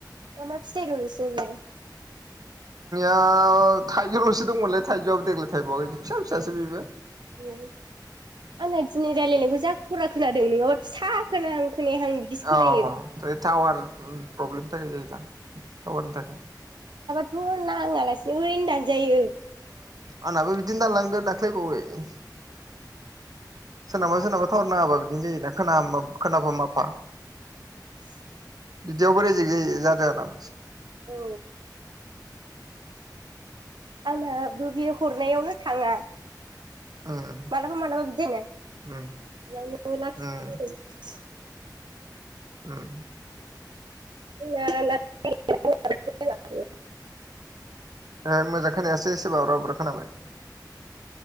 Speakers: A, on the right (about 85°); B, on the right (about 55°).
A: मा मा फिथाइ दं नोंसिनाव लाय
B: नाव थाइजौल'सो दंमोनलै थाइजौआबो देग्लाय थायबावआाखै फिसा - फिसासो बेबो
A: ए आंना दिनै रायलायनायखौ जा खरा खोनादों नङाबा फिसा खोनाहां खोनायाहां बिदिसो
B: औ
A: खोनायो
B: टावार प्रब्लेमनि थाखाय जायो जां टावारनि थाखाय
A: टर नाङालासिनो ओरैनो दानजायो
B: आंनहाबो बिदिनो दानलांदो दाख्लैबावै सोरनावबा - सोरनावबा थावार नाङाबा बिदिनो जायोना खोनाम खोनाफा- माफा
A: <inaudible>
B: बिदियावबो रेजिक जायो जादों आंना मोनसे
A: औ आंनाबो बे हरनायावनो थाङा
B: उम
A: मालाबा- मालाबा बिदि
B: उम
A: जायोना
B: उम
A: <unintelligible>
B: ओम
A: <unintelligible>
B: ए मोजां खोनायासै एसे - एसे बाब्राब ब्राब खोनाबाय